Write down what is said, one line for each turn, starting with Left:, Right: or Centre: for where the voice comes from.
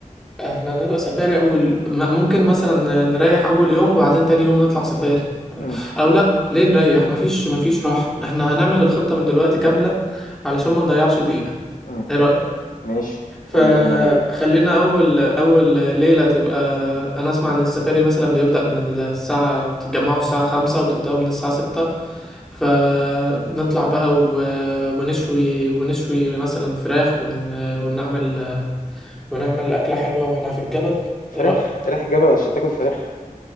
Centre: احنا هنبقى سفاري اول م- ممكن مثلا نريح اول يوم وبعدين تاني يوم نطلع سفاري آه،
Left: امم
Centre: او لا ليه نريح مفيش مفيش راحة احنا هنعمل الخطة من دلوقتي كاملة علشان ما نضيعش دقيقة
Left: امم
Centre: ايه رأيك
Left: ماشي
Centre: فخلينا
Left: قول لي هنعمل ايه
Centre: اول اول ليله تبقى انا اسمع ان السفاري مثلا بيبدا من الساعه بتتجمعوا الساعه خمسة وتبداوا من الساعه ستة فنطلع بقى و- ونشوي ونشوي مثلا فراخ ون... ونعمل ونعمل اكله حلوه واحنا في الجبل
Left: فراخ
Centre: ايه رايك
Left: رايح جبل عشان تاكل فراخ